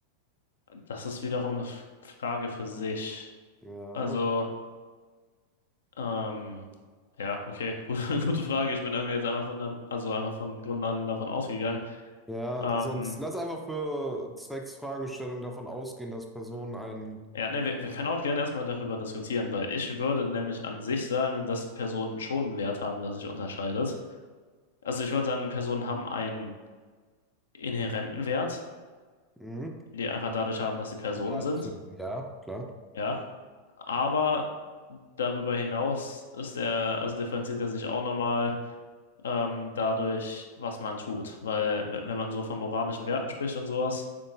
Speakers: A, on the left; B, in the centre.
A: Das ist wiederum eine F- Frage für sich.
B: Ja.
A: Also, ähm, ja, okay, <laughs> gute, gute Frage. Ich bin irgendwie jetzt einfach von, der- also einfach von Grund an davon ausgegangen.
B: Ja,
A: Ähm,
B: sonst lass einfach für zwecks Fragestellung davon ausgehen, dass Personen einen.
A: ja, ne, wir, wir können auch gerne erstmal darüber diskutieren, weil ich würde nämlich an sich sagen, dass Personen schon einen Wert haben, der sich unterscheidet. Also ich würde sagen, Personen haben einen. inhärenten Wert,
B: Mhm.
A: den die einfach dadurch haben, dass sie Personen
B: Ja,
A: sind.
B: das, ja, klar.
A: Ja, aber darüber hinaus ist der, also differenziert er sich auch nochmal ähm, dadurch, was man tut. Weil, w- wenn man so von moralischen Werten spricht und sowas,